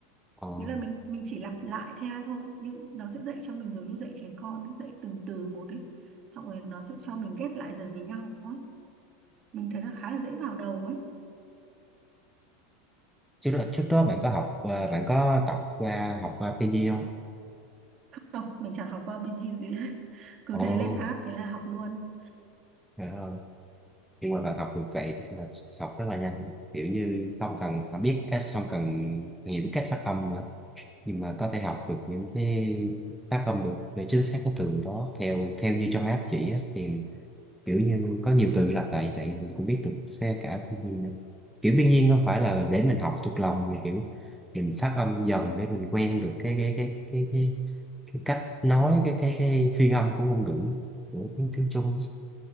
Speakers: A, in the centre; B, on the right (about 35°).
A: Ờ.
B: nghĩa là mình mình chỉ lặp lại theo thôi nhưng nó sẽ dạy cho mình giống như dạy trẻ con dạy từng từ một ấy xong rồi nó sẽ cho mình ghép lại dần với nhau ấy mình thấy nó khá là dễ vào đầu ấy
A: Trước đó, trước đó bạn có học ờ, bạn có tập qua học qua pinyin không?
B: không mình chẳng học qua binge gì hết <laughs> cứ
A: Ồ,
B: thế lên app thế là học luôn
A: trời ơi. Nhưng mà bạn học được vậy tức là học rất là nhanh, kiểu như không cần mà biết cách không cần hiểu cách phát âm nữa, nhưng mà có thể học được những cái phát âm được về chính xác cái từ đó theo theo như trong app chỉ á, thì kiểu như có nhiều từ lặp lại như vậy mình cũng biết được xe cả thiên nhiên nữa. kiểu thiên nhiên không phải là để mình học thuộc lòng mà kiểu mình phát âm dần để mình quen được cái cái cái cái cái, cái cách nói cái cái cái phiên âm của ngôn ngữ của tiếng tiếng Trung